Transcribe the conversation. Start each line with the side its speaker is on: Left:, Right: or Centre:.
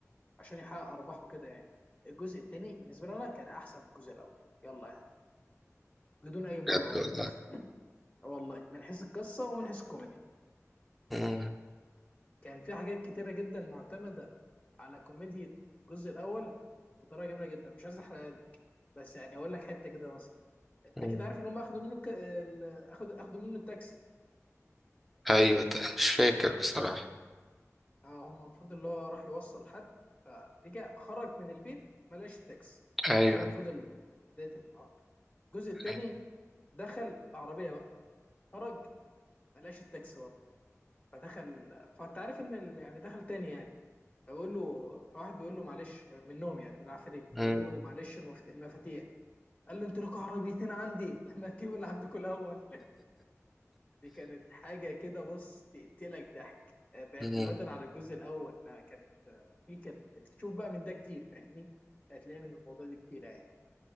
Left: عشان يحقق ارباحه كده يعني الجزء التاني بالنسبة لنا كان احسن من الجزء الاول يلا بدون اي مبالغه
Centre: بجد
Left: برضك
Centre: والله
Left: والله من حيث القصه ومن حيث الكوميديا
Centre: مم.
Left: كان في حاجات كتيره جدا معتمده على كوميديا الجزء الاول بطريقه جميله جدا مش عايز احرقها لك بس يعني اقول لك حته كده بس انت
Centre: مم.
Left: كده عارف ان هم اخدوا منه ك... ال- اخد اخدوا منه التاكسي
Centre: أيوة مش فاكر بصراحة
Left: اه هم المفروض اللي هو راح يوصل حد فرجع خرج من البيت ما لقاش التاكسي
Centre: ايوه
Left: ده المفروض ال- بدايه الامر الجزء الثاني
Centre: أيوة.
Left: دخل بعربيه بقى خرج ما لقاش التاكسي برضه فدخل فانت عارف ان ال... يعني دخل تاني يعني فبقول له فواحد بيقول له معلش منهم يعني من العفاريت
Centre: مم.
Left: بيقول له معلش المفت- المفاتيح قال له انتوا لكم عربيتين عندي <laughs> لما اجيب اللي عندكم الاول <laughs> دي كانت حاجه كده بص تقتلك ضحك آه، باعتمادا
Centre: مم.
Left: على الجزء الاول لا كانت آه، في كان تشوف بقى من ده كتير فاهمني هتلاقي من الموضوع ده كتير يعني